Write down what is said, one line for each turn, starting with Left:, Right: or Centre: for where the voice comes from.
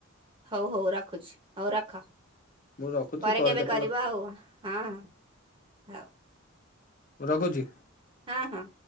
Right: ହଉ ହଉ ରଖୁଛି ହଉ ରଖ।
Left: ମୁଁ ରଖୁଛି
Right: ପରେ କେବେ
Left: କେତେବେଳେ
Right: କରିବ ଆଉ ହଁ ହଉ।
Left: ମୁଁ ରଖୁଛି।
Right: ହଁ ହଁ।